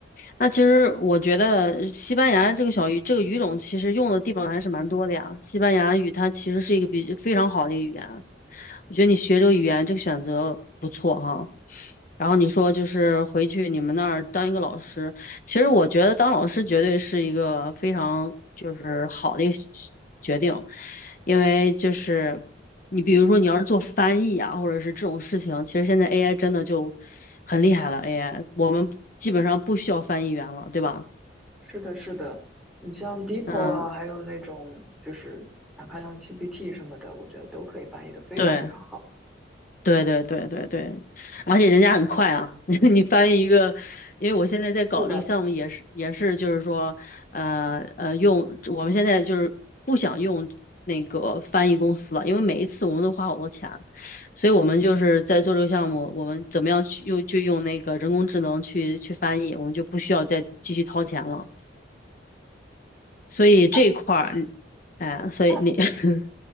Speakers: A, on the left; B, in the centre.
A: 那其实我觉得西班牙这个小语这个语种其实用的地方还是蛮多的呀。西班牙语它其实是一个比非常好的语言，我觉得你学这个语言这个选择不错哈、然后你说就是回去你们那儿当一个老师，其实我觉得当老师绝对是一个非常就是好的一个选决定，因为就是你比如说你要是做翻译啊，或者是这种事情，其实现在 AI 真的就很厉害了，AI 我们基本上不需要翻译员了，对吧？
B: 是的，是的，你像 DeepL
A: 嗯，
B: 啊，还有那种就是哪怕像 GPT 什么的，我觉得都可以翻译的非常非常好。
A: 对。对对对对对，而且人家很快啊，<laughs> 你翻译一个，因为我现在在搞这个项目，
B: 是的，
A: 也是也是就是说，呃呃，用我们现在就是不想用那个翻译公司了，因为每一次我们都花好多钱，所以我们就是在做这个项目，我们怎么样去用就用那个人工智能去去翻译，我们就不需要再继续掏钱了，所以这一块儿，
B: 哎，
A: 嗯哎，所以你，
B: 那
A: <laughs>